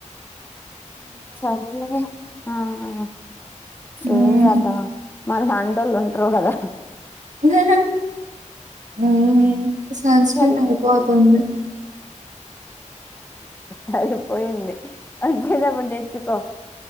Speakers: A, on the left (about 15°); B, on the right (about 75°).
A: సర్లే వే అ అ హ
B: హ్మ్.
A: ఎం జేద్దా మ. మన లాటోళ్ళుటుర్రు గదా.
B: లేదా ఉమ్ సంస్క్రీన్
A: సరే
B: అయిపోతుంది.
A: సరిపోయింది అచేటప్పుడు దే. చ్చకో